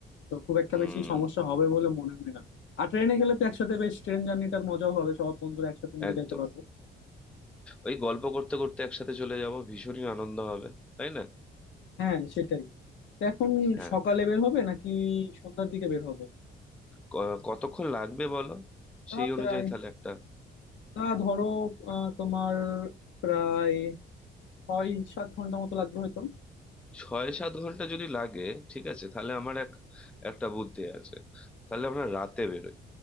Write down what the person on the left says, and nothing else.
তো খুব একটা
বেশি সমস্যা হবে বলে মনে হয় না আর ট্রেনে গেলে তো একসাথে বেশ ট্রেন জার্নিটার মজাও হবে সব বন্ধুরা একসাথে মিলে
যাইতে পারবো
হ্যাঁ সেটাই তো এখন
সকালে বের হবে নাকি সন্ধ্যার দিকে বের হবে
তা
প্রায়
তা ধরো আহ, তোমার প্রায় ছয় সাত ঘন্টা মতো লাগবে হয়তো